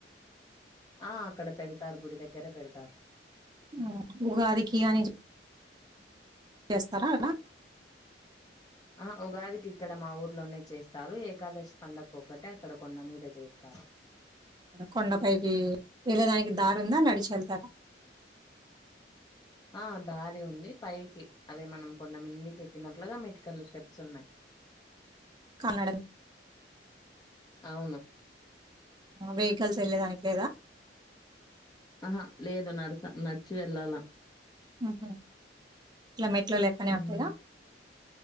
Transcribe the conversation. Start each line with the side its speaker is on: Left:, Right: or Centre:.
Left: ఆ అక్కడ పెడతారు గుడి దగ్గరే పెడతారు
Right: హ్మ్ ఉగాదికి అని చేస్తారా అలా
Left: ఆ ఉగాదికి ఇక్కడ మా ఊర్లోనే చేస్తారు ఏకాదశి పండగకి ఒక్కటే అక్కడ కొండ మీద చేస్తారు
Right: కొండపైకి వెళ్ళేదానికి దారి ఉందా నడిచి వెళ్తారా
Left: ఆ దారి ఉంది పైకి అదే మనం కొండ మందికి ఎక్కినట్లుగా మెడికల్లు స్టెప్స్ ఉన్నాయి
Right: <unintelligible>
Left: అవును
Right: వెహికల్స్ వెళ్ళేదానికి లేదా
Left: ఆహా లేదు నరస నడిచి వెళ్ళాలా
Right: ఊహూ ఇలా మెట్ల లెక్కనే
Left: ఉమ్
Right: ఉంటాయా